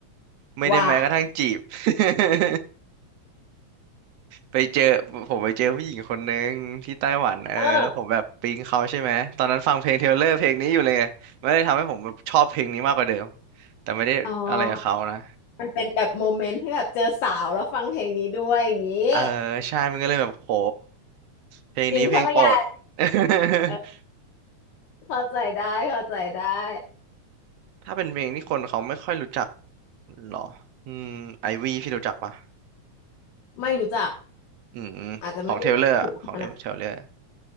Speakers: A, on the right; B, on the left.
A: ไม่ได้แม้กระทั่งจีบ
B: ว่า
A: <laughs> ไปเจอผมไปเจอผู้หญิงคนนึงที่ไต้หวันเออแล้วผมแบบปิ๊งเขาใช่ไหมตอนนั้นฟังเพลงเทเลอร์เพลงนี้อยู่เลยไงมันเลยทำให้ผมแบบชอบเพลงนี้มากกว่าเดิม
B: เออ
A: แต่ไม่ได้อะไรกับเขานะ
B: อ๋อมันเป็นแบบโมเมนต์ที่แบบเจอสาวแล้วฟังเพลงนี้ด้วยอย่างนี้
A: เออใช่มันก็เลยแบบโหเพลงนี้เพลงโปรด
B: อินเข้าไปใหญ่
A: <laughs>
B: เออเข้าใจได้เข้าใจได้
A: ถ้าเป็นเพลงที่คนเขาไม่ค่อยรู้จักหรออืมไอวีพี่รู้จักปะ
B: ไม่รู้จัก
A: อืม
B: อาจจะไม่ได้ถูกขนาด
A: ของเทเลอร์ของเทเลอร์